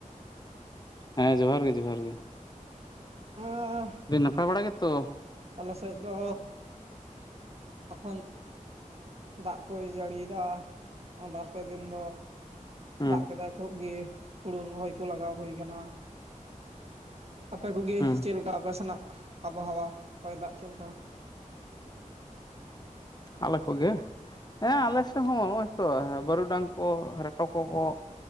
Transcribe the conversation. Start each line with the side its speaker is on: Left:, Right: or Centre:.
Left: ᱦᱮᱸ ᱡᱚᱦᱟᱨ ᱜᱮ ᱡᱚᱦᱟᱨ ᱜᱮ᱾
Right: <unintelligible>
Left: ᱫᱤ ᱱᱟᱯᱟᱭ ᱵᱟᱲᱟ ᱜᱮᱛᱚ?
Right: ᱟᱞᱮ ᱥᱮᱫ ᱫᱚ ᱛᱚᱠᱷᱚᱱ ᱫᱟᱜ ᱠᱚᱭ ᱡᱟᱹᱲᱤ ᱫᱟ ᱵᱟᱨ ᱯᱮ ᱫᱤᱱ ᱫᱚ
Left: ᱦᱮᱸ
Right: ᱫᱟᱜ ᱠᱮᱫᱟᱭ ᱠᱷᱩᱵ ᱜᱤ ᱦᱩᱲᱩ ᱨᱚᱦᱚᱭ ᱠᱚ ᱞᱟᱜᱟᱣ ᱦᱩᱭ ᱠᱟᱱᱟ᱾ ᱟᱯᱮ ᱠᱚᱜᱤ
Left: ᱦᱮᱸ
Right: ᱪᱮᱫ ᱞᱮᱠᱟ ᱟᱯᱮ ᱥᱮᱱᱟᱜ ᱟᱵᱚᱦᱚᱣᱟ ᱦᱚᱭ ᱫᱟᱜ ᱪᱮᱫ ᱞᱮᱠᱟ?
Left: ᱟᱞᱮ ᱠᱚᱜᱮ? ᱦᱮᱸ ᱟᱞᱮᱥᱮᱜ ᱦᱚᱸ ᱱᱚᱜᱼᱚᱭ ᱛᱚ ᱵᱟᱹᱨᱩᱰᱟᱝ ᱠᱚ ᱨᱮᱴᱚ ᱠᱚ ᱠᱚ